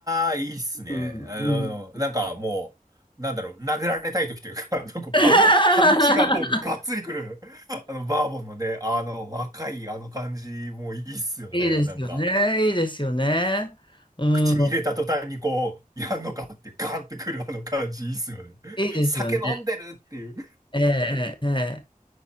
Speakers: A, on the right; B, on the left.
A: ああ、いいっすね。
B: うん、
A: あの、
B: うん。
A: なんかもう、なんだろう、殴られたい時というか、<laughs> なんかパグ、
B: <laughs>
A: パンチがこう、がっつりくる、あの、バーボンのね、あの、若いあの感じ、もういいっすよね、
B: いいですよね。
A: なんか。
B: いいですよね。うん。
A: 口に入れた途端にこう、やんのかってガーンってくるあの感じいいっすよね。
B: いいですよね。
A: 酒飲んでるっていう。
B: ええ、ええ。ええ